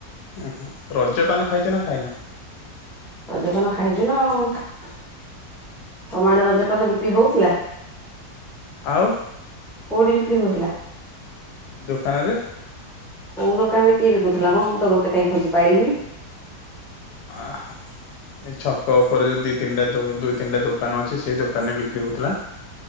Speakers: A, on the left (about 70°); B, in the centre.
A: ଉହୁ ରଜପାନ ଖାଇଛ ନା ଖାଇନ?
B: ରଜପାନ ଖାଇଛୁ ନା ଆଉ ତମ ଆଡେ ରଜପାନ ବିକ୍ରି ହଉଥିଲା?
A: ଆଉ
B: କୋଉଠି ବିକ୍ରି ହଉଥିଲା?
A: ଦୋକାନ ରେ।
B: କୋଉ ଦୋକାନ ରେ କିଏ ବିକୁ ଥିଲା ମ ମୁଁ ତ ଗୋଟେ କାହିଁ ଖୋଜି ପାଇଲିିନି?
A: ଆଃ। ଏ ଛକ ଉପରେ ଯୋଉ ଦି ତିନିଟା ଦୋ ଦୁଇ ତିନଟା ଦୋକାନ ଅଛି ସେଇ ଦୋକାନ ରେ ବିକ୍ରି ହଉଥିଲା।